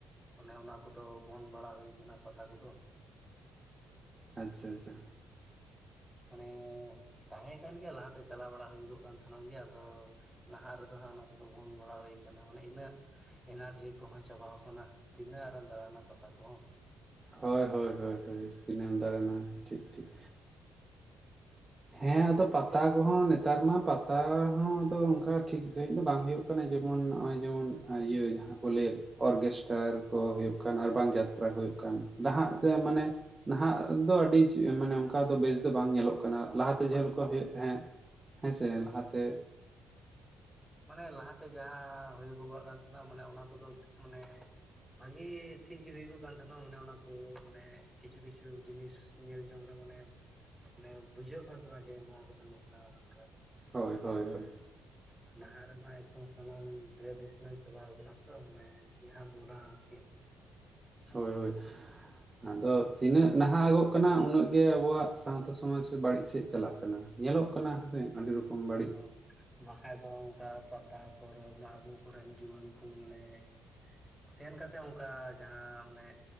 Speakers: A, in the centre; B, on the right.
A: ᱚᱱᱮ ᱚᱱᱟ ᱠᱚᱫᱚ ᱵᱚᱱᱫᱽ ᱵᱟᱲᱟ ᱦᱩᱭ ᱟᱠᱟᱱᱟ ᱯᱟᱛᱟ ᱠᱚᱫᱚ
B: ᱟᱪᱪᱷᱟ ᱟᱪᱪᱷᱟ
A: ᱢᱟᱱᱮ ᱛᱟᱦᱮᱸ ᱠᱟᱱ ᱜᱮᱭᱟ ᱞᱟᱦᱟᱛᱮ ᱪᱟᱞᱟᱣ ᱵᱟᱲᱟ ᱦᱩᱭᱩᱜᱚᱜ ᱠᱟᱱ ᱛᱟᱦᱮᱱᱚᱜ ᱜᱮᱭᱟ ᱟᱫᱚ ᱱᱟᱦᱟᱜ ᱨᱮᱫᱚ ᱦᱟᱸᱜ ᱚᱱᱟ ᱠᱚᱫᱚ ᱵᱚᱱᱫᱽ ᱵᱟᱲᱟ ᱦᱩᱭ ᱠᱟᱱᱟ ᱢᱟᱱᱮ ᱤᱱᱟᱹᱜ ᱮᱱᱟᱨᱡᱤ ᱠᱚᱦᱚᱸ ᱪᱟᱵᱟᱟᱣ ᱠᱟᱱᱟ ᱛᱤᱱᱟᱹᱜ ᱟᱨᱮᱢ ᱫᱟᱲᱟᱱᱟ ᱯᱟᱛᱟ ᱠᱚᱦᱚᱸ
B: ᱦᱳᱭ ᱦᱳᱭ ᱦᱳᱭ ᱦᱳᱭ ᱛᱤᱱᱟᱹᱜ ᱮᱢ ᱫᱟᱲᱟᱱᱟ ᱴᱷᱤᱠ ᱴᱷᱤᱠ ᱦᱮᱸ ᱟᱫᱚ ᱯᱟ ᱯᱟᱛᱟ ᱠᱚᱦᱚᱸ ᱱᱮᱛᱟᱨ ᱢᱟ ᱯᱟᱛᱟ ᱦᱚᱸ ᱟᱫᱚ ᱚᱱᱠᱟ ᱴᱷᱤᱠ ᱥᱟᱺᱦᱤᱡ ᱫᱚ ᱵᱟᱝ ᱦᱩᱭᱩᱜ ᱠᱟᱱᱟ ᱡᱮᱢᱚᱱ ᱱᱚᱜᱼᱚᱭ ᱡᱮᱢᱚᱱ ᱤᱭᱟᱹ ᱡᱟᱦᱟᱸ ᱠᱚ ᱞᱟᱹᱭᱮᱫ ᱚᱨᱠᱮᱥᱴᱟᱨ ᱠᱚ ᱦᱩᱭᱩᱜ ᱠᱟᱱ ᱟᱨ ᱵᱟᱝ ᱡᱟᱛᱨᱟ ᱠᱚ ᱦᱩᱭᱩᱜ ᱠᱟᱱ ᱱᱟᱦᱟᱜ
A: ᱦᱳᱭ
B: ᱡᱮ ᱢᱟᱱᱮ ᱱᱟᱦᱟᱜ ᱫᱚ ᱟᱹᱰᱤ ᱢᱟᱱᱮ ᱚᱱᱠᱟ ᱫᱚ ᱵᱮᱥ ᱫᱚ ᱵᱟᱝ ᱧᱮᱞᱚᱜ ᱠᱟᱱᱟ ᱞᱟᱦᱟᱛᱮ
A: ᱵᱟ
B: ᱡᱮᱞᱮᱠᱟ ᱦᱩᱭᱩᱜ ᱛᱟᱦᱮᱸ ᱦᱮᱸ ᱥᱮ ᱞᱟᱦᱟᱛᱮ
A: ᱢᱟᱱᱮ ᱞᱟᱦᱟᱛᱮ ᱡᱟᱦᱟᱸ ᱦᱩᱭᱩᱜᱚᱜ ᱠᱟᱱ ᱛᱟᱦᱮᱱᱟ ᱢᱟᱱᱮ ᱚᱱᱟ ᱠᱚᱫᱚ ᱢᱟᱱᱮ ᱵᱷᱟᱜᱮ ᱴᱷᱤᱠᱜᱮ ᱦᱩᱭᱩᱜ ᱠᱚ ᱠᱟᱱ ᱛᱟᱦᱮᱱᱚᱜ ᱢᱟᱱᱮ ᱚᱱᱟᱠᱚ ᱢᱟᱱᱮ ᱠᱤᱪᱷᱩ ᱠᱤᱪᱷᱩ ᱡᱤᱱᱤᱥ ᱧᱮᱞ ᱡᱚᱝ ᱨᱮ ᱢᱟᱱᱮ ᱵᱩᱡᱷᱟᱹᱜ ᱠᱟᱱ ᱛᱟᱦᱮᱱᱟ ᱡᱮ ᱱᱚᱣᱟ ᱠᱚᱫᱚ ᱱᱚᱝᱠᱟ ᱦᱟᱱᱠᱟ
B: ᱦᱳᱭ ᱦᱳᱭ ᱦᱳᱭ
A: ᱱᱟᱦᱟᱜ ᱨᱮᱢᱟ ᱮᱠᱫᱚᱢ ᱥᱟᱱᱟᱢ ᱴᱨᱮᱰᱤᱥᱚᱱᱟᱞ ᱪᱟᱵᱟᱣ ᱠᱟᱱᱟ ᱛᱚ ᱢᱟᱱᱮ ᱡᱟᱦᱟᱸ ᱢᱚᱰᱚᱨᱱ ᱟᱨᱠᱤ
B: ᱦᱳᱭ ᱦᱳᱭ ᱟᱫᱚ ᱛᱤᱱᱟᱹᱜ ᱱᱟᱦᱟᱜᱚᱜᱚᱜ ᱠᱟᱱᱟ ᱩᱱᱟᱹᱜ ᱜᱮ ᱟᱵᱚᱣᱟᱜ ᱥᱟᱶᱛᱟ ᱥᱚᱢᱟᱡᱽ ᱵᱟᱹᱲᱤᱡ ᱥᱮᱫ ᱪᱟᱞᱟᱜ ᱠᱟᱱᱟ ᱾ ᱧᱮᱞᱚᱜ ᱠᱟᱱᱟ ᱥᱮ ᱟᱹᱰᱤ ᱨᱚᱠᱚᱢ ᱵᱟᱹᱲᱤᱡ
A: ᱚ ᱵᱟᱠᱷᱟᱡ ᱫᱚ ᱚᱱᱠᱟ ᱯᱟᱛᱟ ᱯᱚᱨᱚᱵᱽ ᱢᱟ ᱟᱵᱚ ᱠᱚᱨᱮᱱ ᱡᱩᱣᱟᱹᱱ ᱠᱚ ᱢᱟᱱᱮ ᱥᱮᱱ ᱠᱟᱛᱮ ᱚᱱᱠᱟ ᱡᱟᱦᱟᱸ ᱚᱱᱮ